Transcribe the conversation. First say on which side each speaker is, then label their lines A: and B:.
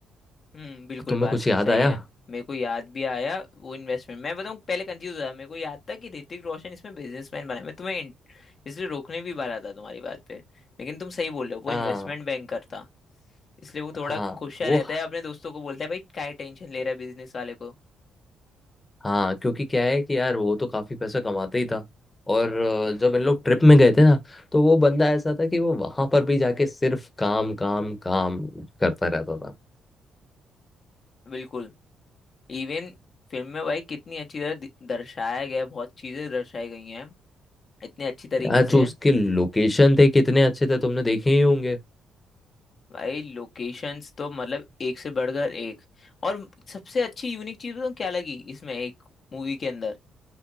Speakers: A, on the left; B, on the left.
A: हम्म बिल्कुल
B: तुम्हें
A: बात
B: कुछ याद
A: सही
B: आया
A: है मेरे को याद भी आया वो इन्वेस्टमेंट मैं बताऊं पहले कंफ्यूज हुआ मेरे को याद था कि ऋतिक रोशन इसमें बिजनेसमैन बना है। मैं तुम्हें इन- इसलिए रोकने भी वाला था तुम्हारी बात पे लेकिन तुम सही बोल रहे हो वो
B: हाँ
A: इन्वेस्टमेंट बैंकर था इसलिए वो थोड़ा
B: हाँ
A: खुशा
B: वो
A: रहता है अपने दोस्तों को बोलता है भाई क्या टेंशन ले रहा है बिजनेस वाले को
B: हाँ क्योंकि क्या है कि यार वो तो काफी पैसा कमाते ही था और अ, जब इन लोग ट्रिप में गए थे ना तो वो बंदा ऐसा था कि वो वहां पर भी जाके सिर्फ काम काम काम करता रहता था
A: बिल्कुल इवन फिल्म में भाई कितनी अच्छी तरह दि- दर्शाया गया है, बहुत चीजें दर्शाई गई हैं इतने अच्छी तरीके
B: यार जो
A: से
B: उसके लोकेशन थे कितने अच्छे थे तुमने देखे ही होंगे
A: भाई लोकेशंस तो मतलब एक से बढ़कर एक और सबसे अच्छी यूनिक चीज तो क्या लगी इसमें एक मूवी के अंदर